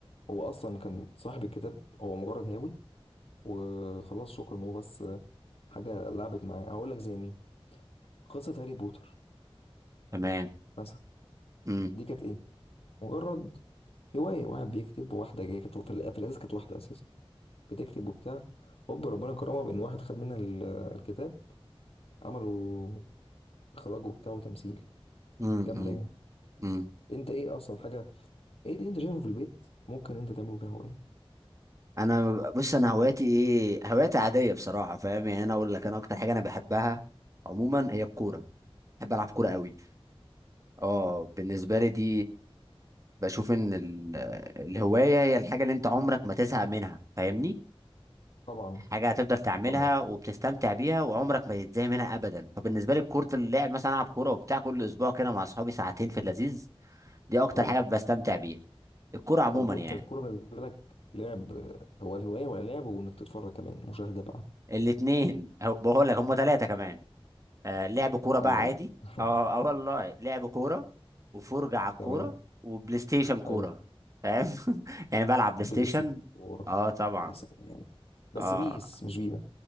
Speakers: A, on the left; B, on the right.
A: هو اصلا كان صاحب الكتاب هو مجرد هاوي وخلاص شكرا هو بس حاجه لعبت معاه هقول لك زي مين قصه هاري بوتر
B: تمام
A: مثلا
B: امم
A: دي كانت ايه مجرد هوايه واحد بيكتب وواحده جايه كانت في الأ- في الاساس كانت واحده اساسا بتكتب وبتاع هوب ربنا كرمها بان واحد خد منها ال- الكتاب عملوا اخراج وبتاع وتمثيل
B: امم
A: جامده يعني
B: امم
A: انت ايه اصلا حاجه ايه اللي انت شايفه في البيت ممكن انت تعمله كهوايه
B: انا بص انا هواياتي ايه هواياتي عاديه بصراحه فاهم يعني انا اقول لك انا اكتر حاجه انا بحبها عموما هي الكوره بحب العب كوره قوي اه بالنسبه لي دي بشوف ان ال- الهوايه هي الحاجه اللي انت عمرك ما تزهق منها فاهمني
A: طبعا
B: حاجه هتفضل تعملها
A: طبعا
B: وبتستمتع بيها وعمرك ما تتزهق منها ابدا فبالنسبه لي كره اللعب مثلا العب كوره وبتاع كل اسبوع كده مع اصحابي ساعتين في اللذيذ دي اكتر
A: حلو
B: حاجه بستمتع بيها الكوره عموما
A: طب وانت
B: يعني
A: الكوره بالنسبه لك لعب هو الهوايه ولا لعب وانك تتفرج كمان مشاهده بقى
B: الاثنين بقول لك هم ثلاثه كمان آه لعب كورة بقى
A: الله
B: عادي
A: <laughs>
B: اه اه آه والله لعب كورة وفرجة على الكورة
A: تمام
B: وبلاي ستيشن كورة
A: حلو
B: فاهم <laughs> يعني بلعب بلاي
A: بلاي
B: ستيشن
A: ستيشن كوره
B: اه طبعا
A: يا سلام بس
B: اه
A: بيس مش فيفا